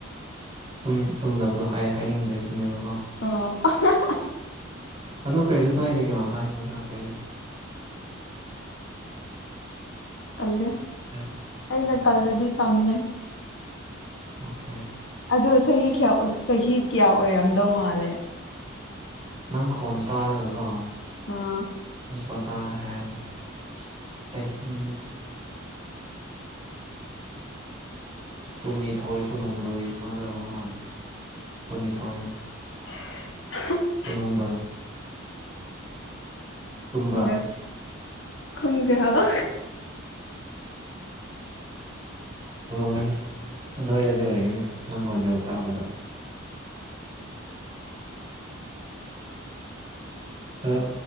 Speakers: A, on the right (about 25°); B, on the left (about 60°).
A: ꯆꯨꯝ ꯆꯨꯝꯗꯅꯕꯗꯣ ꯍꯥꯏ ꯍꯥꯏꯅꯤꯡꯗ꯭ꯔꯦ ꯁꯤꯅꯦꯕꯀꯣ
B: ꯑꯣ ꯑꯍꯥꯍ
A: ꯑꯗꯣ ꯀꯔꯤꯁꯨ ꯀꯥꯏꯗꯦ ꯀꯩꯅꯣ ꯍꯥꯏꯕꯗ ꯀꯩ
B: ꯇꯜꯂꯦ
A: ꯍꯥꯏ
B: ꯑꯩꯅ
A: ꯑꯣ
B: ꯇꯜꯂꯦꯗꯤ ꯇꯟꯅꯦ
A: ꯑꯣꯀꯦ
B: ꯑꯗꯨ ꯆꯍꯤ ꯀꯌꯥ ꯆꯍꯤ ꯀꯌꯥ ꯑꯣꯏꯔꯝꯗꯧ ꯃꯥꯜꯂꯦ
A: ꯅꯪ ꯈꯣꯟ ꯇꯥꯔꯒꯀꯣ
B: ꯑꯥ
A: ꯑꯗꯨ ꯀꯣꯟ ꯇꯥꯔꯒ ꯍꯥꯏꯔꯛꯒꯦ ꯆꯍꯤ ꯀꯨꯟꯅꯤꯊꯣꯏ ꯀꯨꯟꯍꯨꯝꯗꯣꯏ ꯑꯗꯨꯃꯥꯏꯅ ꯑꯣꯏꯔꯝꯒꯅ ꯃꯥꯜꯂꯦ ꯀꯨꯟꯅꯤꯊꯣꯏ
B: <inaudible>
A: ꯀꯨꯟꯍꯨꯝꯗꯣꯏ ꯆꯨꯝꯕ꯭ꯔꯥ
B: ꯈꯪꯗꯦ ꯈꯪꯗꯦ ꯍꯥꯏꯕ
A: ꯒꯅꯤ ꯑꯗꯨꯋꯥꯏꯗꯗꯤ ꯑꯣꯏꯒꯅꯤ ꯅꯪ ꯍꯣꯟꯖꯕ ꯇꯥꯕꯗ ꯑꯗꯣ